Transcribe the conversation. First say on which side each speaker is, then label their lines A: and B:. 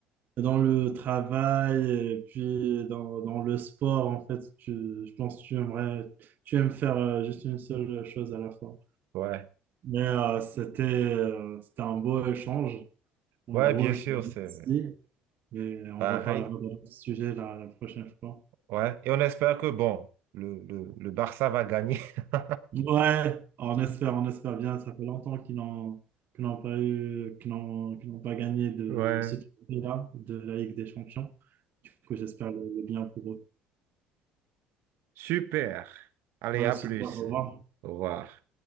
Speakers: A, on the right; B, on the right.
A: dans le travail et puis dans, dans le sport en fait, tu, je pense que tu aimerais, tu aimes faire euh, juste une seule chose à la fois.
B: Ouais,
A: Mais euh, c'était euh, c'était un beau échange. En
B: ouais,
A: gros,
B: bien
A: je
B: sûr,
A: te remercie
B: c'est
A: et on
B: pareil.
A: reparlera de ce sujet la la prochaine fois.
B: Ouais. Et on espère que, bon, le, le, le Barça va gagner. <laughs>
A: Ouais, on espère, on espère bien. Ça fait longtemps qu'ils n'ont qu'ils n'ont pas eu, qu'ils n'ont qu'ils n'ont pas gagné de
B: Ouais.
A: ce trophée-là, de la Ligue des Champions. Du coup, j'espère le, le bien pour eux.
B: Super. Allez,
A: Voilà,
B: à
A: c'est
B: plus.
A: dit, au revoir.
B: Au revoir.